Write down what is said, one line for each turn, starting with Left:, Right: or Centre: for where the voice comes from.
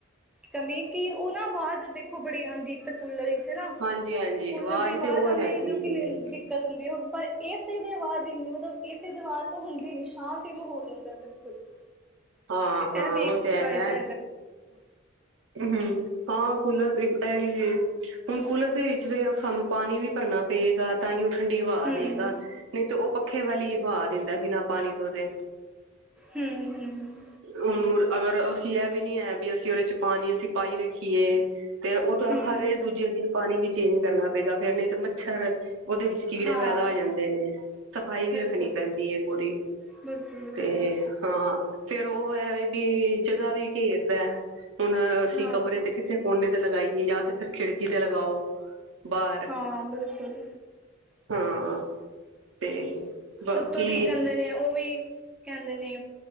Centre: ਕਮੀ ਕਿ ਉਹ ਨਾ ਆਵਾਜ਼ ਦੇਖੋ ਬੜੀ ਆਉਂਦੀ ਇੱਕ ਤਾਂ ਕੂਲਰ ਨਾ
Right: ਹਾਂਜੀ-ਹਾਂਜੀ
Centre: ਕੂਲਰ ਦੀ ਆਵਾਜ਼
Right: ਤੇ ਉਹ
Centre: ਆਉਂਦੀ
Right: ਹੈਗੀ
Centre: ਹੈ ਜੋ ਕਿ
Right: ਏ
Centre: ਹੁੰਦੀ ਹੋ ਪਰ ਇਸੇ ਦੀ ਆਵਾਜ਼ ਇਹਨੀ ਮਤਲਬ ਇਸੇ ਦੀ ਆਵਾਜ਼ ਤਾਂ ਹੁੰਦੀ ਨਹੀਂ ਸ਼ਾਂਤੀ ਮਾਹੌਲ ਹੁੰਦਾ ਬਿਲਕੁਲ <inaudible>
Right: ਹਾਂ
Centre: ਤੇ
Right: ਹਾਂ
Centre: ਇਹ ਵੀ
Right: ਉਹ
Centre: ਇੱਕ
Right: ਤੇ ਹੈਗਾ
Centre: ਫਾਇਦਾ
Right: ਹਮ ਹਾਂ ਕੂਲਰ ਵਖੇ ਆਏ ਹੁਣ ਕੂਲਰ ਦੇ ਵਿੱਚ ਵੀ ਸਾਨੂੰ ਪਾਣੀ ਵੀ ਭਰਨਾ ਪਏਗਾ ਤਾਂ ਹੀ ਉਹ ਠੰਡੀ ਹਵਾ
Centre: ਹੂੰ,
Right: ਦੇਵੇਗਾ ਨਹੀਂ ਤੇ ਉਹ ਪੱਖੇ ਵੀ ਵਹਾ ਦਿੰਦਾ ਬਿਨਾਂ ਪਾਣੀ ਤੋਂ ਦੇ
Centre: ਹਮ ਹਮ
Right: ਉਹਨੂੰ ਅਗਰ ਅਸੀਂ ਇਹ ਵੀ ਨੀ ਹੈ ਵੀ ਅਸੀਂ ਉਹਦੇ ਚ ਪਾਣੀ ਅਸੀਂ ਪਾਈ ਰੱਖੀਏ ਤੇ ਉਹ ਤਾਂ
Centre: ਹੂੰ
Right: ਹਰ ਦੂਜੇ ਦਿਨ ਪਾਣੀ ਵੀ ਚੇਂਜ ਕਰਨਾ ਪਏਗਾ ਫੇਰ ਨਹੀਂ ਤੇ ਮੱਛਰ ਉਹਦੇ ਵਿੱਚ ਕੀੜੇ
Centre: ਹਾਂ
Right: ਪੈਦਾ ਹੋ ਜਾਂਦੇ ਨੇ ਸਫ਼ਾਈ ਵੀ
Centre: ਬਿਲਕੁਲ।
Right: ਰੱਖਣੀ ਪੈਂਦੀ ਹੈ ਪੂਰੀ
Centre: ਬਿਲਕੁਲ, ਬਿਲਕੁਲ
Right: ਤੇ ਹਾਂ ਫੇਰ ਉਹ ਐਵੇ ਵੀ ਜਗ੍ਹਾ ਵੀ ਘੇਰਦਾ ਹੁਣ ਅਸੀਂ
Centre: ਹਾਂ,
Right: ਕਮਰੇ ਤੇ ਕਿਸੇ ਕੋਨੇ ਤੇ ਲਗਾਈਏ ਜਾਂ ਤੇ ਫਿਰ ਖਿੜਕੀ ਤੇ ਲਗਾਓ ਬਾਹਰ
Centre: ਹਾਂ ਬਿਲਕੁਲ
Right: ਹਾਂ ਤੇ ਬਾਕੀ
Centre: ਉੱਤੋਂ ਦੀ ਕਹਿੰਦੇ ਨੇ ਉਹ ਵੀ ਕਹਿੰਦੇ ਨੇ